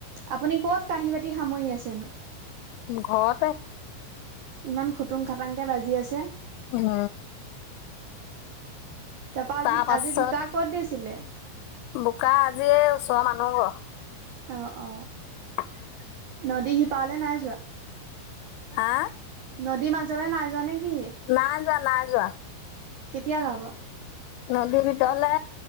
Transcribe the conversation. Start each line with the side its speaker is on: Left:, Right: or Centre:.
Right: আপুনি ক'ত কাঁহী বাতি সামৰি আছেনো?
Left: ঘৰতে।
Right: ইমান খুটুং খাটাং কে বাজি আছে।
Left: উম।
Right: তাপা আজি,
Left: তাৰ পাছত
Right: আজি বোকা কত দিছিলে?
Left: বোকা আজি এই ওচৰৰ মানুহ ঘৰ
Right: অঁ অঁ।
Left: <unintelligible>
Right: নদী শিপাৰলৈ নাই যোৱা?
Left: হা?
Right: নদীৰ মাজলৈ নাই যোৱা নেকি?
Left: নাই যোৱা নাই যোৱা।
Right: কেতিয়া যাব?
Left: নদীৰ ভিতৰলে